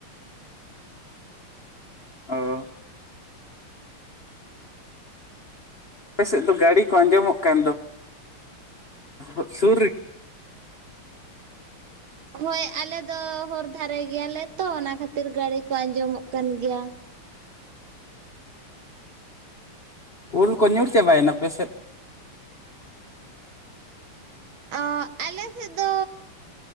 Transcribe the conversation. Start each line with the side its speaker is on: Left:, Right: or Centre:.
Left: ᱚ ᱟᱯᱮᱥᱮᱫ ᱫᱚ ᱜᱟᱲᱤ ᱠᱚ ᱟᱸᱡᱚᱢᱚᱜ ᱠᱟᱱ ᱫᱚ᱾ <unintelligible> ᱥᱩᱨ ᱨᱤ
Right: ᱦᱳᱭ ᱟᱞᱮ ᱫᱚ ᱦᱚᱨ ᱫᱷᱟᱨᱮ ᱜᱮᱭᱟᱞᱮ ᱛᱚ ᱚᱱᱟ ᱠᱷᱟᱹᱛᱤᱨ ᱜᱟᱲᱤ ᱠᱚ ᱟᱸᱡᱚᱢᱚᱜ ᱠᱟᱱ ᱜᱮᱭᱟ ᱾
Left: ᱩᱞ ᱠᱚ ᱧᱩᱨ ᱪᱟᱵᱟᱭᱮᱱᱟ ᱯᱮ ᱥᱮᱫ?
Right: ᱚᱸ ᱟᱞᱮᱥᱮᱫ ᱫᱚᱻ